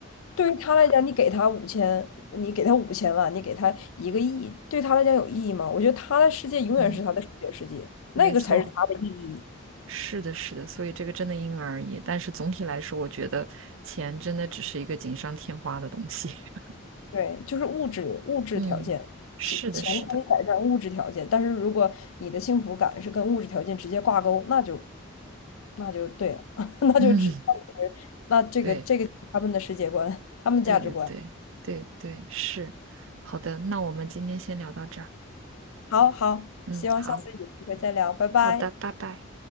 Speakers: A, on the left; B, on the right.
A: 对于他来讲，你给他五千，你给他五千万，你给他一个亿，对他来讲有意义吗？我觉得他的世界永远是他的数学世界，
B: 嗯，没错，
A: 那个才是他的意义。
B: 是的，是的，所以这个真的因人而异。但是总体来说，我觉得钱真的只是一个锦上添花的东西。<laughs>
A: 对，就是物质物质条件，
B: 嗯，是的，
A: 钱钱可以改善物质条件，
B: 是的，
A: 但是如果你的幸福感是跟物质条件直接挂钩，那就那就对了，<laughs> 那就只
B: 嗯，
A: 那这个这个就是他们的世界观，
B: 对，
A: 他们的价值观。
B: 对对对对对，是。好的，那我们今天先聊到这儿。
A: 好好，
B: 嗯，
A: 希望下次有机会再聊，
B: 好，
A: 拜拜。
B: 好的，拜拜。